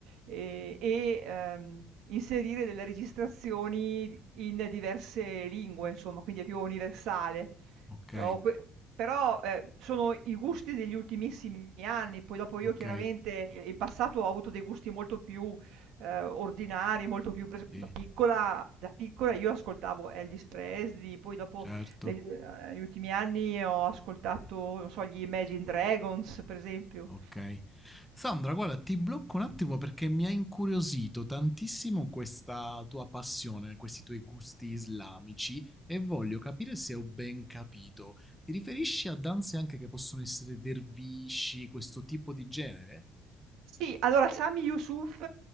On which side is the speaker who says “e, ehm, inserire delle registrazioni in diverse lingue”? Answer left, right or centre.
Right